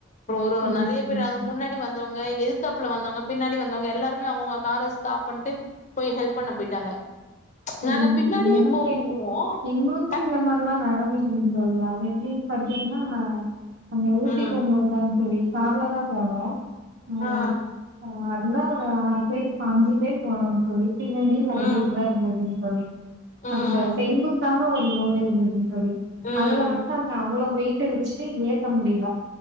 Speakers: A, on the left (about 40°); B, on the right (about 60°).
A: ப்றோ ஒரு
B: சரி,
A: நறைய
B: சரிங்க.
A: பேர் முன்னாடி வந்தவங்க எதித்தாப்புல வந்தவங்க பின்னாடி வந்தவங்க எல்லாருமே அவுங்கவுங்க கார ஸ்டாப் பண்ணிட்டு போய் ஹெல்ப் பண்ண போயிட்டாங்க
B: <unintelligible>
A: நாங்க பின்னாடியே
B: எங்களுக்கே
A: போவோ
B: எங்களுக் கு
A: டக்
B: இந்த மாறிலா நடந்து சொல்வாங்க எப்டின்னு பாத்தீங்ன்னா அந்த ஊட்டி
A: ம்
B: போம்போதுதா தோழி கார்ல தா போனோ அ
A: ஆ ஆ
B: அதெல்லா ஆறு பேரு அஞ்சு பேர் போனோ தோழி பின்னாடி லங்கேஜ்ல்லா
A: ம்
B: இருந்ததுங் தோழி
A: ம் ம்
B: அங்க செங்குத்தான ஒரு ரோடு இருந்ததுங் தோழி
A: ம் ம்
B: அதுல வந்துட்டு அங்க அவ்வள வெயி ட்ட வச்சிட்டு ஏத்த முடில